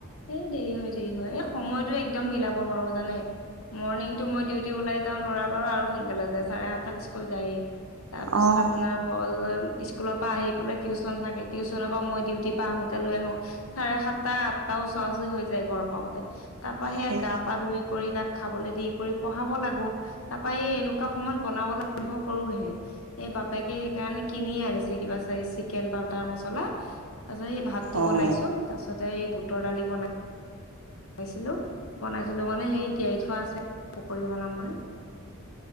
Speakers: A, on the left; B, on the right.
A: এ দেৰি হয় দেৰি হয় এই সময়তো একদম মিলাব নোৱাৰোঁ জানে। মৰ্ণিংটো মই ডিউটি ওলাই যাওঁ, ল'ৰাবোৰ আৰু সোনকালে যায়, চাৰে সাতটাত স্কুল যায়ে তাৰ পাছত
B: অঁ
A: আপোনাৰ হ'ল স্কুলৰ পৰা আহি পেলাই টিউচন থাকে। টিউচনৰ পৰা মই ডিউটিৰ পৰা আহোঁতে লৈ আহো। চাৰে সাতটা তাৰো ওচৰা-ওচৰি হৈ যায়, ঘৰ পাওঁতে তাৰ পৰা সেইয়া
B: সেই
A: গা-পা ধুই কৰি, তাক খাবলৈ দি কৰি পঢ়াব লাগো। তাৰাপা এই এনেকুৱা সময়ত বনাবলৈ আৰম্ভ কৰো সে, বাপেকে সেইকাৰণে কিনি আনিছে কিবা চিকেন বা তাৰ মছলা মছলা। তাৰ পিছত সেই ভাতটো
B: অঁ।
A: বনাইছোঁ, তাৰ পিছতে সেই বুটৰ দালি বনাইছোঁ। বনাইছিলোঁ-বনাইছিলোঁ, মানে সেই তিয়াই থোৱা আছে। পকৰি বনাম মানে